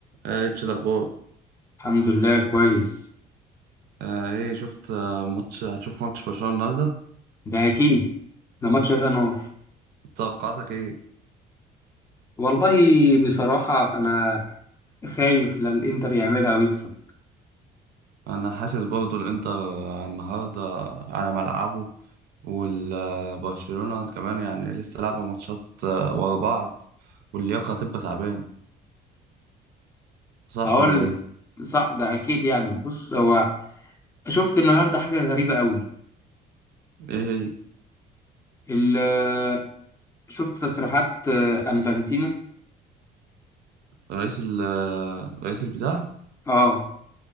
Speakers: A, on the right; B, on the left.
A: آه، اتش الاخبار
B: الحمد لله كويس
A: آه، ايه شفت آه، ماتش هتشوف ماتش برشلونة النهارده
B: ده اكيد ده ماتش هيبقى نار
A: توقعاتك ايه
B: والله بصراحة انا خايف لا الانتر يعملها ويكسب
A: انا حاسس برضو الانتر آه، النهارده على ملعبه والبرشلونة كمان يعني لسه لعبة ماتشات آه، ورا بعض واللياقة هتبقى تعبان صح
B: هقول
A: ولا ايه
B: لك، صح ده اكيد يعني بص هو شفت النهاردة حاجة غريبة قوي
A: ايه هي
B: ال- شفت تصريحات آه، انفانتينو
A: رئيس ال آه، رئيس البتاع
B: اه